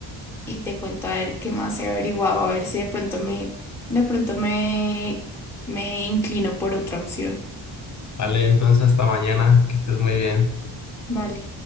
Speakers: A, in the centre; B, on the left.
A: y te cuento a ver qué más he averiguado, a ver si de pronto me, de pronto me, me inclino por otra opción.
B: Vale, entonces hasta mañana, que estés muy bien.
A: Vale.